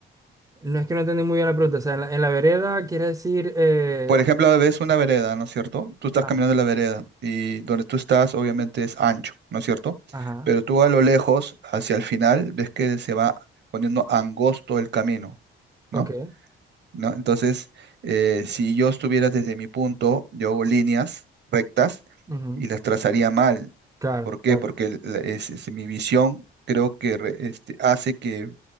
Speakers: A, on the right; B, on the right.
A: No es que no entendí muy bien la pregunta. O sea, en la, en la vereda quiere decir. eh,
B: Por ejemplo, ves una vereda, ¿no es cierto? Tú estás
A: ah,
B: caminando en la vereda y donde tú estás obviamente es ancho, ¿no es cierto?
A: ajá,
B: Pero tú a lo lejos, hacia el final, ves que se va poniendo angosto el camino, ¿no?
A: ok.
B: ¿No? Entonces, eh, si yo estuviera desde mi punto, yo hago líneas rectas
A: ujú,
B: y las trazaría mal.
A: Claro,
B: ¿Por qué?
A: claro.
B: Porque el- la- es, es mi visión creo que re- este, hace que